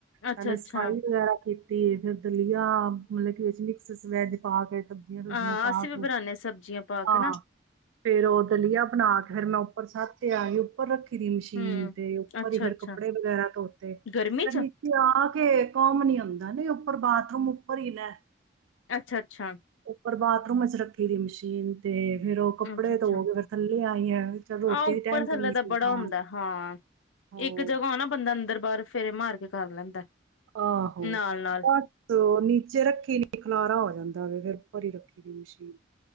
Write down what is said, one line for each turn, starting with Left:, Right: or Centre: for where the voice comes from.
Left: ਅੱਛਾ
Right: ਪਹਿਲੇ
Left: ਅੱਛਾ
Right: ਸਫਾਈ ਵਗੈਰਾ ਕੀਤੀ ਅਤੇ ਫਿਰ ਦਲੀਆ ਮਤਲਬ ਕਿ ਵਿੱਚ ਮਿਕਸ ਵੈੱਜ ਪਾ ਕੇ ਸਬਜ਼ੀਆਂ ਸੁਬਜ਼ੀਆਂ
Left: ਹਾਂ
Right: ਪਾ
Left: ਅਸੀਂ ਵੀ
Right: ਪੂ
Left: ਬਣਾਉਦੇ ਹਾਂ ਸਬਜ਼ੀਆਂ ਪਾ
Right: ਹਾਂ
Left: ਕੇ ਨਾ
Right: ਫੇਰ ਉਹ ਦਲੀਆ ਬਣਾ ਕੇ ਫਿਰ ਮੈਂ ਉੱਪਰ ਸਥ ਤੇ ਆਹੀ ਉਪਰ ਰੱਖ ਫਿਰ ਹੀ ਮਸ਼ੀਨ
Left: ਹੂੰ।
Right: ਤੇ ਉੱਪਰ
Left: ਅੱਛਾ
Right: ਹੀ ਫਿਰ
Left: ਅੱਛਾ
Right: ਕੱਪੜੇ ਵਗੈਰਾ ਧੋਤੇ
Left: ਗਰਮੀ
Right: ਫਿਰ
Left: ਚ
Right: ਨੀਚੇ ਆ ਕੇ ਕੰਮ ਨੀ ਆਉਂਦਾ ਨਹੀਂ ਉੱਪਰ ਬਾਥਰੂਮ ਉੱਪਰ ਹੀ ਨਾ
Left: ਅੱਛਾ ਅੱਛਾ
Right: ਪਰ ਬਾਥਰੂਮ ਚ ਰੱਖੀ ਦੀ ਮਸ਼ੀਨ ਤੇ ਫਿਰ ਉਹ ਕੱਪੜੇ
Left: ਅੱਛਾ, ਅੱਛਾ
Right: ਧੋ ਕੇ ਫਿਰ ਥੱਲੇ ਆਈ ਹੈ ਚਲ ਰੋਟੀ
Left: ਆਹ ਉੱਪਰ
Right: ਦੀ ਟਾਈਮ
Left: ਥੱਲੇ
Right: ਨਹੀਂ
Left: ਦਾ
Right: ਸੀ
Left: ਬੜਾ
Right: ਹਾਂ
Left: ਹੁੰਦੈ। ਹਾਂ,
Right: ਹੋ
Left: ਇੱਕ ਜਗ੍ਹਾ ਨਾ ਬੰਦਾ ਅੰਦਰ ਬਾਹਰ ਫੇਰੇ ਮਾਰ ਕੇ ਕਰ ਲੈਂਦਾ
Right: ਆਹੋ,
Left: ਨਾਲ ਨਾਲ
Right: ਬਸ ਨੀਚੇ ਰੱਖੀ ਨੀ ਖਲਾਰਾ ਹੋਏ। ਜਾਂਦਾ ਵੇ ਫਿਰ। ਭਰੀ ਰੱਖੀ ਦੀ ਮਸ਼ੀਨ।